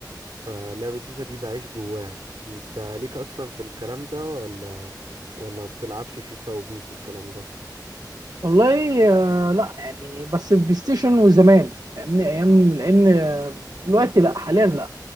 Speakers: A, on the right (about 75°); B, on the right (about 60°).
A: فلعبة فيفا دي بعيش جواها انت ليك اصلا في الكلام ده ولا ولا بتلعبش فيفا وبيس والكلام ده
B: والله آه لا يعني بس البلاي ستيشن وزمان فاهمني ايام لان آه، دلوقتي لا حاليا لا